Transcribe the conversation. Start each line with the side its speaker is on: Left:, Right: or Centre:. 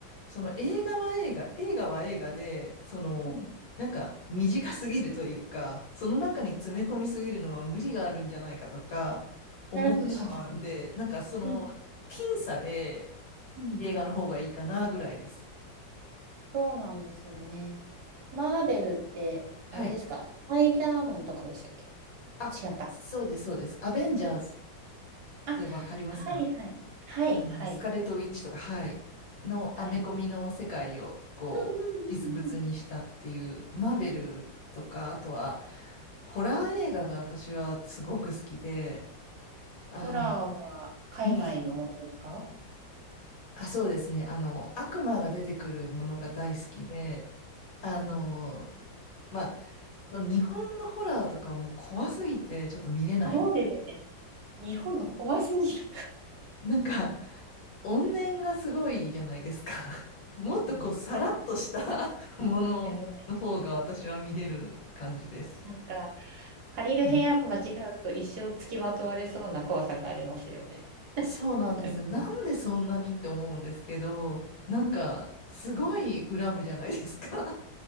Left: その映画は映画、映画は映画で、その、
Right: うん。
Left: なんか短すぎるというか、その中に詰め込みすぎるのは無理があるんじゃないかとか思ってしまうので、
Right: なるほど。<laughs>
Left: なんかその、
Right: うん、
Left: 僅差で
Right: うん。
Left: 映画の方がいいかなぐらいです。
Right: そうなんですよね。マーベルって、
Left: はい。
Right: あれですか、スパイダーマンとかでしたっけ
Left: あ、
Right: 違った。
Left: そうです、そうです。アベンジャーズっ
Right: あ、
Left: てわかりますか
Right: はいはい。はいはい。
Left: あの、スカーレット・ウィッチとか、はい、のアメコミの世界を、
Right: はい。
Left: こう、
Right: うん、
Left: 実物にしたっていう、
Right: うん、うんうん。
Left: マーベルとか、あとは、ホラー映画が私はすごく好きで、あの、
Right: ホラーは海外のものですか
Left: <laughs> うんあ、そうですね、あの、悪魔が出てくるものが大好きで、あの、まあ、その日本のホラーとかはもう怖すぎて、ちょっと見れない。
Right: そうですね。日本の怖すぎる。
Left: なんか、怨念がすごいじゃないですか。<laughs> もっとこう、
Right: そうですね。
Left: さらっとした
Right: なんか
Left: <laughs> ものの方が私は見れる感じです。
Right: やばいなんか、借りる部屋間違うと一生付きまとわれそうな怖さがありますよね。
Left: うん
Right: <laughs>
Left: そうなんですよ。
Right: なんか
Left: なんでそんなにって思うんですけど、なんか、
Right: うん
Left: すごい恨むじゃないですか。<laughs>